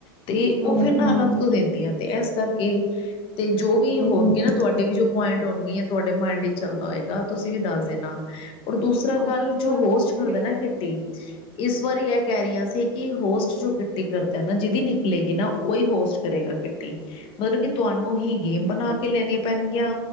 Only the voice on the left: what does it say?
ਤੇ
ਉਹ ਫਿਰ ਨਾ
ਅਲੱਗ ਤੋਂ ਦਿੰਦੀਆਂ, ਤੇ ਇਸ ਕਰਕੇ ਤੇ ਜੋ ਵੀ ਹੋਣਗੇ
ਨਾ ਤੁਹਾਡੇ ਵੀ ਜੋ। ਪੁਆਇੰਟ ਹੋਣਗੀਆ ਤੁਹਾਡੇ ਮਾਇਡ ਵਿੱਚ ਚੱਲਦਾ ਹੋਏਗਾ, ਤੁਸੀਂ ਵੀ ਦੱਸ ਦੇਣਾ। ਔਰ ਦੂਸਰਾ
ਗੱਲ,
ਜੋ ਹੋਸਟ ਕਰਦਾ ਨਾ, ਕਿਟੀ ਇਸ ਵਾਰੀ ਇਹ ਕਹਿ ਰਹੀਆਂ ਸੀ ਕਿ ਹੋਸਟ ਜੋ ਕਿੱਟੀ ਕਰਦਾ ਨਾ, ਜਿਹਦੀ ਨਿਕਲੇਗੀ ਨਾ, ਉਹੀ ਹੋਸਟ ਕਰੇਗਾ ਕਿੱਟੀ। ਮਤਲਬ ਕੀ ਤੁਹਾਨੂੰ ਹੀ ਗੇਮ ਬਣਾ ਕੇ ਲੈਣੀਆਂ ਪੈਣਗੀਆਂ,